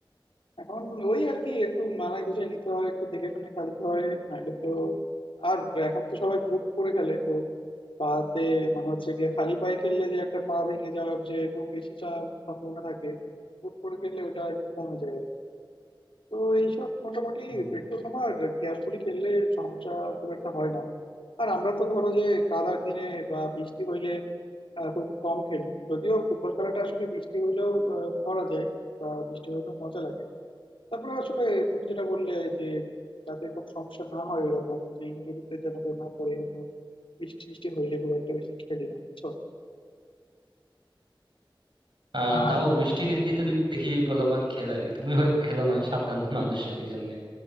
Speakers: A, on the left; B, on the right.
A: এখন ওই আর কি একটু মানায় গুছিয়ে নিতে হয় একটু দেখে শুনে খেলতে হয় নাইলে তো আর এখন তো সবাই বুট করে খেলে তো পাতে মানে হচ্ছে গিয়ে খালি পায়ে খেললে যে একটা পা ভেঙে যাওয়ার যে খুব বেশি চাপ সম্ভাবনা থাকে বুট করে খেললে ওটা একটু কমে যায় তো এইসব মোটামুটি
B: হুম, হুম।
A: একটু তোমার কেয়ারফুলি খেললে সমস্যা খুব একটা হয় না আর আমরা তো ধরো যে কাদার দিনে বা বৃষ্টি হইলে আহ, খুব কম খেলি যদিও ফুটবল খেলাটা আসলে বৃষ্টি হইলেও আহ, করা যায় বা বৃষ্টি হইলেও মজা লাগে তারপরে আসলে তুমি যেটা বললে যে যাতে কোনো সমস্যা না হয় ওইরকম যে ইনজুরিতে যেন কেউ না পড়ে এই জন্য বৃষ্টি টিষ্টি হইলে খুব একটা বেশি খেলি না বুঝছো
B: আহ
A: হ্যাঁ
B: তাও বৃষ্টিতে তো দেখি পোলাপান খেলে আর কি তুমি হয়তো খেলো না সাবধান মানুষজন এই জন্য